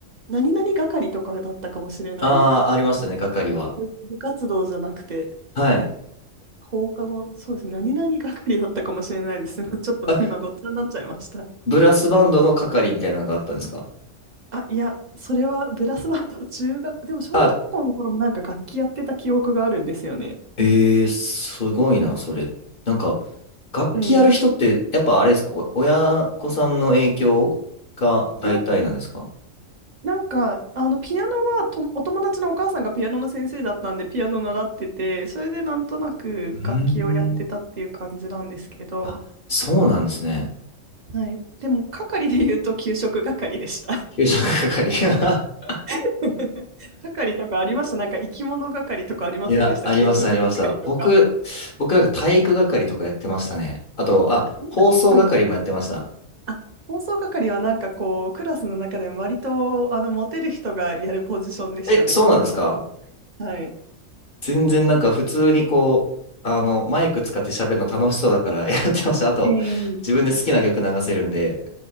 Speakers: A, on the right; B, on the left.
A: 何々係とかだったかもしれないです。
B: ああー、ありましたね、係は。
A: 部、部活動じゃなくて、
B: はい。
A: 放課後、そうですね、何々係だったかもしれないです。<laughs> ちょっと今、
B: あ、
A: ごっちゃになっちゃいました。
B: ブラスバンドの係みたいなのがあったんですか
A: あ、いや、それはブラスバンド、中学、でも小学校の頃もなんか楽器やってた記憶があるんですよね。
B: あ、えー、すごいな、それ。なんか、楽器やる人って、
A: うん。い
B: やっぱあれですかお、親御さんの影響が大体なんですか
A: や、なんか、あの、ピアノはと、お友達のお母さんがピアノの先生だったんで、ピアノ習ってて、それでなんとなく楽器をやってたっていう感じなんですけど、
B: うーん。あ、そうなんですね。
A: はい。でも、係で言うと、給食係でした。
B: 給食係。<laughs>
A: <laughs> 係とかありましたなんか、生き物係とかありませんでした給食係とか。
B: いや、ありました、ありました。僕、僕なんか体育係とかやってましたね。あと、
A: あ、
B: あ、
A: 体育係
B: 放送係もやってました。
A: あ放送係はなんかこう、クラスの中でも割と、あの、モテる人がやるポジションでしたね、
B: え、そうなんですか
A: 小学校。はい。
B: 全然なんか普通にこう、あの、マイク使って喋るの楽しそうだから <laughs> やってました。あと、
A: ええ
B: 自分で好きな曲流せるんで。